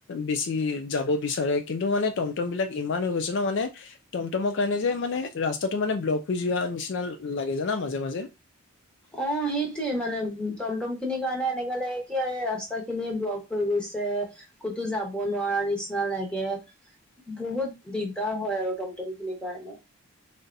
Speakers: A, on the left; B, in the centre.
A: বেছি যাব বিচাৰে কিন্তু মানে টমটম বিলাক ইমান হৈ গৈছে ন মানে- টমটমৰ কাৰণে যে মানে ৰাস্তাটো মানে ব্লক হৈ যোৱা নিচিনা লাগে জানা মাজে মাজে। উ <unintelligible>
B: অঁ সেইটোৱে মানে টমটম খিনিৰ কাৰণে এনেকা লাগে কি আৰু ৰাস্তা খিনিয়ে ব্লক হৈ গৈছে। ক'তো যাব নোৱাৰা নিচিনা লাগে। বহুত দিগদাৰ হয় আৰু টমটম খিনিৰ কাৰণে।